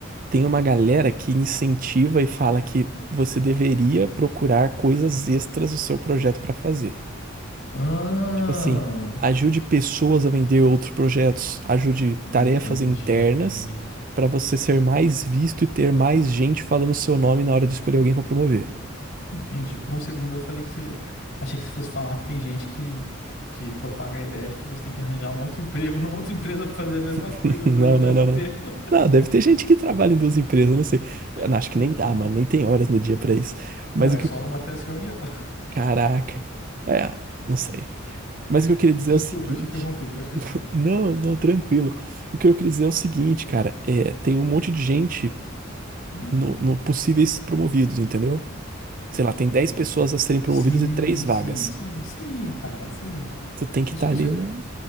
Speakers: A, on the right; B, on the left.
A: Tem uma galera que incentiva e fala que você deveria procurar coisas extras do seu projeto para fazer.
B: Ah,
A: Tipo assim, ajude pessoas a vender outros projetos, ajude
B: entendi.
A: tarefas internas para você ser mais visto e ter mais gente falando o seu nome na hora de escolher alguém para promover.
B: Entendi. Por um segundo eu falei que você. Achei que você fosse falar que tem gente que, que propaga a ideia de que você tem que arranjar um outro <laughs> emprego numa outra empresa pra fazer a mesma
A: <laughs>
B: coisa,
A: Não,
B: dois ao mesmo
A: não, não,
B: tempo.
A: não.
B: <laughs>
A: Não, deve ter gente que trabalha em duas empresas, não sei.
B: Deve
A: Eu não, acho que
B: ter,
A: nem
B: cara.
A: dá, mano, nem tem horas no dia para isso. Mas
B: Não, é
A: o que
B: só
A: eu...
B: não bater as reuniões.
A: Caraca. É, não sei. Mas o que
B: <laughs>
A: eu queria dizer
B: Desculpa,
A: é o seguinte.
B: eu te interrompi, pode continuar.
A: Não, não, tranquilo. O que eu queria dizer é o seguinte, cara, é, tem um monte de gente
B: Uhum,
A: no, no possíveis promovidos, entendeu?
B: entendi.
A: sei lá, tem 10 pessoas a serem promovidas
B: Sim,
A: e três vagas.
B: sim, sim, sim, cara, sim.
A: Tu tem que
B: Isso,
A: estar
B: isso
A: ali
B: é
A: no.